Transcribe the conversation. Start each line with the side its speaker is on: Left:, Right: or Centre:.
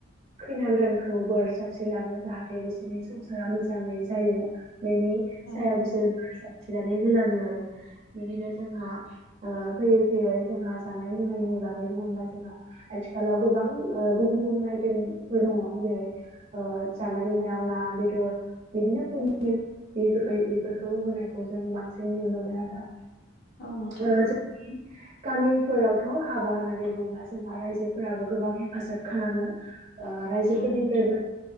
Right: खैना गोदानखौ बोर साबस्रिलाङो जाहाथे बिसोरनि संसारा मोजाङै जायो। बेनि
Left: औ
Right: सायाव बिसोरो नानै होलांङो आरो। बिदिनो जोंहा ओ फैयै फैयै जोंहा जानाय लोंनायनि बागै बुंङोब्ला जोंहा आथिखालाव गोबां ओ गुबुन गुबुन आइटेमफोर दंङ जेरै ओ जानाय लोंनायाव ना बेदर बिदिनो पनिर बेफोरबाय बेफोरखौबो होनायखौ जों बांसिन नुनो मोनो आरो।
Left: नोंथां
Right: ओ जोंनि गामिफोरावथ' हाबा होननानै बुङोबा जोंहा रायजोफोराबो गोबां हेफाजाब खालामो ओ रायजोफोरनिफ्रायबो
Left: औ नोंथां